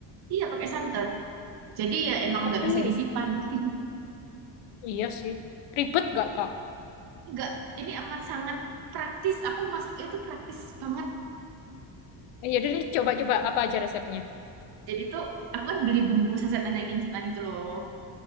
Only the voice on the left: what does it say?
Tapi,
iya sih. Ribet nggak, Kak?
Eh, Ya udah coba-coba apa aja resepnya.